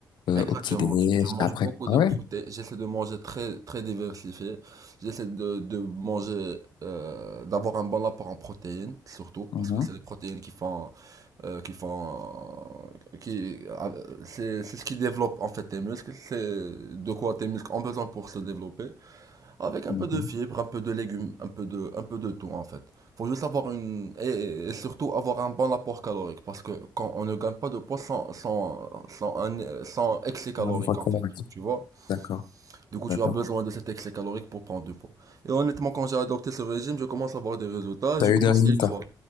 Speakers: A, on the left; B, on the right.
A: euh,
B: Exactement,
A: au petit déjeuner
B: tu- je mange
A: après.
B: beaucoup
A: Ah
B: de
A: ouais?
B: protéines, j'essaie de manger très très diversifié, j'essaie de, de manger, euh, d'avoir un bon apport en protéines, surtout,
A: Mhm.
B: parce que c'est les protéines qui font, euh, qui font, qui, euh, c'est c'est ce qui développe en fait tes muscles, c'est de quoi tes muscles ont besoin pour se développer. Avec un
A: D'accord.
B: peu de fibres, un peu de légumes, un peu de, un peu de tout en fait. Faut juste avoir une et, et et surtout avoir un bon apport calorique parce que quand on ne gagne pas de poids sans sans sans un sans excès calorique
A: Une fois
B: en
A: qu'on
B: fait,
A: a-
B: tu vois.
A: D'accord,
B: Du coup,
A: d'accord.
B: tu as besoin de cet excès calorique pour prendre du poids. Et honnêtement, quand j'ai adopté ce régime, je commence à voir des résultats,
A: T'as
B: je
A: eu
B: commence
A: des résultats?
B: à y croire.